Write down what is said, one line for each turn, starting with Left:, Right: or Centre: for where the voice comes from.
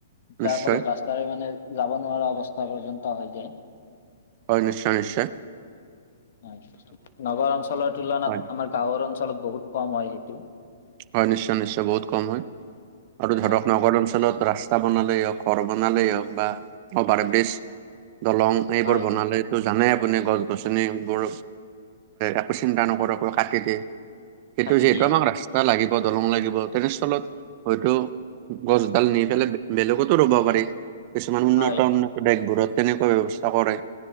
Right: নিশ্চয়
Left: যাৰ ফলত ৰাচ তাৰে মানে যাব নোৱাৰা অৱস্থা পৰ্যন্ত হৈ যায়।
Right: হয়, নিশ্চয়-নিশ্চয়।
Left: হয়। নগৰ অঞ্চলৰ তুলনাত
Right: হয়
Left: আমাৰ গাঁওৰ অঞ্চলত বহুত কম হয় সেইটো।
Right: হয়, নিশ্চয়-নিশ্চয় বহুত কম হয়। আৰু ধৰক
Left: হয়
Right: নগৰ অঞ্চলত ৰাস্তা বনালেই হওঁক, ঘৰ বনালেই হওঁক, বা অভাৰ ব্ৰিজ, দলং এইবোৰ
Left: হয়
Right: বনালে তো জানে আপুনি গছ গছনিবোৰ একো চিন্তা নকৰাকৈ কাটি দিয়ে। সেইটো
Left: কাটি
Right: যিহেতু
Left: দিয়ে
Right: আমাক ৰাস্তা লাগিব দলং লাগিব তেনেস্থলত হয়তো গছডাল নি পেলাই বেলেগতো ৰুব পাৰি। কিছুমান উন্নত-উন্নত
Left: হয়
Right: দেশবোৰত তেনেকুৱা ব্যৱস্থা কৰে,